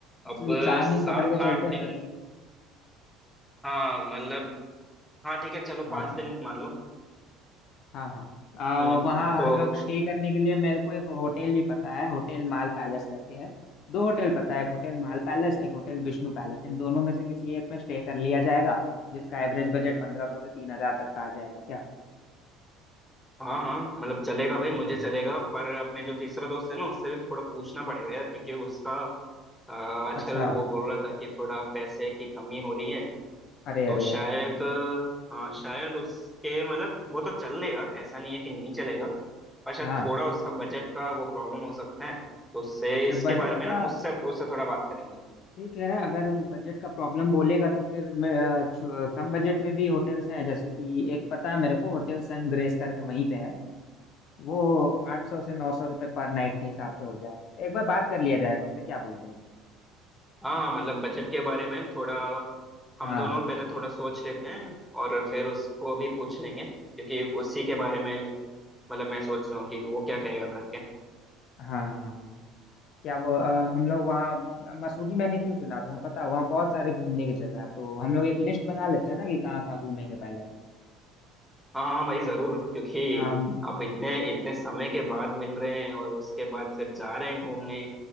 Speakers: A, on the left (about 55°); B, in the centre.
A: अच्छा
B: अब
A: तो
B: हम्म।
A: चार दिन
B: सात
A: पकड़ के
B: आठ
A: चलते हैं
B: दिन
A: फिर
B: हाँ मतलब हाँ ठीक है चलो
A: हाँ
B: पांच दिन मान लो
A: हाँ हाँ आ,
B: हम्म
A: वहाँ
B: तो
A: हम लोग स्टे करने के लिए मेरे को एक होटल भी पता है होटल माल पैलेस करके है दो होटल पता है एक होटल माल पैलेस एक होटल विष्णु पैलेस इन दोनों में से किसी एक में स्टे कर लिया जाएगा जिसका एवरेज बजट पंद्रह सौ से तीन हजार तक का आ जाएगा क्या
B: हाँ हाँ मतलब चलेगा भाई
A: हम्म।
B: मुझे चलेगा पर अपने जो तीसरा दोस्त है ना उससे भी थोड़ा पूछना पड़ेगा यार क्योंकि उसका अ, आजकल
A: अच्छा
B: वो बोल रहा था कि थोड़ा पैसे की कमी हो रही है
A: अरे
B: तो
A: अरे
B: शायद
A: अरे
B: हाँ शायद उसके मतलब वो तो चल लेगा ऐसा नहीं है कि नहीं चलेगा पर शायद
A: हाँ
B: थोड़ा उसका बजट का वो प्रॉब्लम हो सकता है तो उससे
A: अच्छा
B: इसके
A: बजट
B: बारे में ना
A: का
B: उससे उससे थोड़ा बात करेंगे
A: ठीक है अगर बजट का प्रॉब्लम बोलेगा तो फिर मैं, अ, च- कम बजट में भी होटल्स हैं जैसे कि एक पता है मेरे को होटल सन ग्रेस करके वहीं पे है वो आठ सौ से नौ सौ रुपये पर नाइट के हिसाब से हो जाएगा एक बार बात कर लिया जाएगा उससे क्या बोलते हैं
B: हाँ हाँ मतलब बजट के बारे में थोड़ा हम
A: हाँ
B: दोनों पहले थोड़ा सोच लेते हैं और फिर उसको भी पूछ लेंगे क्योंकि उसी के बारे में मतलब मैं सोच रहा हूँ कि वो क्या कहेगा करके
A: हाँ क्या वो अ, हम लोग वहाँ मसूरी मैंने क्यों चुना तुम्हें पता है वहाँ बहुत सारे घूमने की जगह है तो हम लोग एक लिस्ट बना लेते हैं ना कि कहाँ कहाँ घूमेंगे पहले
B: हाँ हाँ भाई जरूर क्योंकि
A: हाँ
B: अब इतने इतने समय के बाद मिल रहे हैं और उसके बाद फिर जा रहे हैं घूमने